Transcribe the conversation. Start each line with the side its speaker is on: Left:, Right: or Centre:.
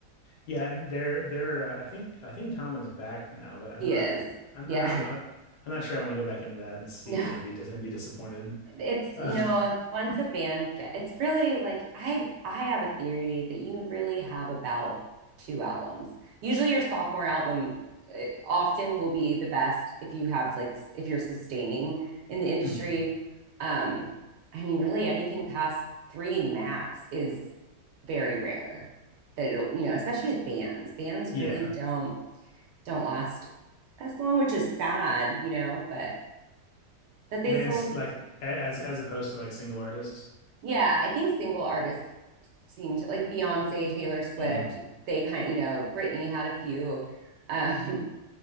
Left: Yeah, and they're they're uh, I think I think Tom is back now, but I'm
Right: He
Left: not
Right: is.
Left: I'm,
Right: Yeah.
Left: I'm not I'm
Right: <laughs>
Left: not sure I want to go back into that and see
Right: No,
Left: and be dis and be disappointed.
Right: It's,
Left: Uh,
Right: you know,
Left: <laughs>
Right: once a band get, it's really like I I have a theory that you really have about two albums. Usually your sophomore album eh, often will be the best if you have like s- if you're sustaining in the industry.
Left: hmm
Right: Um, I mean, really anything past three max is very rare that it'll, you know, especially with bands. Bands
Left: Yeah.
Right: really don't don't last as long, which is sad, you know, but but they
Left: Bands
Right: still
Left: like a- as as opposed to like single artists.
Right: Yeah, I think single artists seem to like Beyonce, Taylor Swift,
Left: hmm
Right: they kind of, you know, Britney had a few. Um,